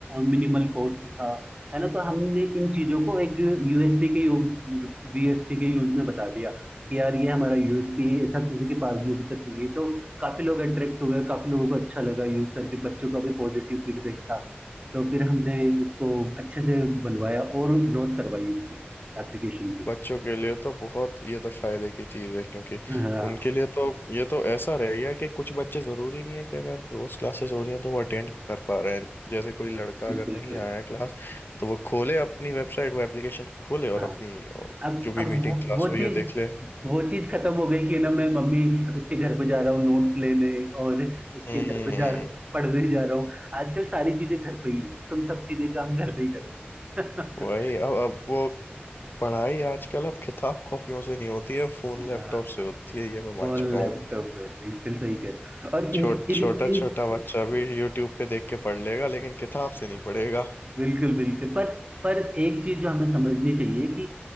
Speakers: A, on the right; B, on the left.
A: मिनिमल कॉस्ट था है ना तो हमने इन चीजों को एक यूएसपी के वीएसपी के यूज में बता दिया कि यार ये हमारा यूएसपी है ऐसा किसी के पास भी अभी तक नहीं है तो काफी लोग अट्रैक्ट हुए काफी लोगों को अच्छा लगा यूज करके बच्चों का भी पॉजिटिव फीडबैक था तो फिर हमने उसको अच्छे से बनवाया और ग्रोथ करवाई उसकी एप्लीकेशन की
B: बच्चों के लिए तो बहुत ये तो फायदे की चीज़ है क्योंकि
A: हाँ
B: उनके लिए तो ये तो ऐसा रह गया कि कुछ बच्चे ज़रूरी नहीं है कि अगर रोज़ क्लासेस हो रही हैं तो वो अटेंड कर पा रहे हैं जैसे कोई लड़का
A: बिल्कुल
B: अगर नहीं आया है क्लास तो वो खोले अपनी वेबसाइट वो एप्लीकेशन खोले और
A: हाँ
B: अपनी ओ,
A: अब
B: जो भी
A: अब
B: मीटिंग
A: वो
B: क्लास
A: वो
B: हुई
A: चीज
B: है देख ले
A: वो चीज खत्म हो गई कि ना मैं मम्मी उसके घर पे जा रहा हूँ नोट्स लेने और उसके
B: हम्म
A: घर पे जा पढ़ने जा रहा हूँ आजकल सारी चीजें घर पे ही है तुम सब चीजें काम घर पे ही करो <laughs>
B: वही अब अब वो पढ़ाई आजकल अब किताब कॉपियों से नहीं होती है फोन लैपटॉप
A: हाँ
B: से होती है ये मैं मान
A: वो
B: चुका
A: लैपटॉप
B: हूँ
A: है बिल्कुल सही कह रहे हो। और
B: छोट
A: इन, इन,
B: छोटा
A: इन-
B: छोटा बच्चा भी यूट्यूब पे देख के पढ़ लेगा लेकिन किताब से नहीं पढ़ेगा
A: बिल्कुल बिल्कुल पर पर एक चीज जो हमें समझनी चाहिए कि